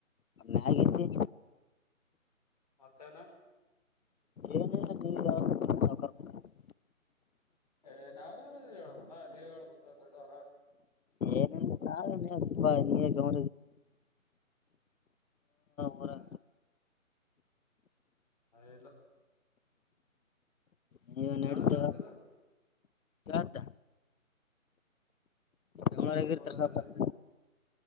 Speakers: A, on the left; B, on the left.
A: ಮ್ಯಾಗಿದ್ದಿ
B: ಮತ್ತನಾ
A: ಏನಿಲ್ಲ ನೀವ್ ಯಾವ ಸಾವ್ಕಾರ್ ಮಂದಿ
B: ಏ ನಾವೇ ಹೇಳಳ್ಬಪ್ಪಾ ನೀವ್ ಹೇಳ್ಬ ದೊಡ್ಡವರ
A: ಏನಿಲ್ಲ <inaudible> ಊರಾಗ
B: ಆ ಯಲ್ಲ
A: ನೀವೇ ನಡೀತದ
B: ಯಳಕ್ಕೆ ಆಗ್ಲ <inaudible>
A: ಕೇಳತ್ತ ಬೆಂಗ್ಗಳೂರಗ
B: ಸರಿ ತಗೋ
A: ಇರ್ತಾರೆ ಸ್ವಪತ್
B: ಅಲ್ಲಿ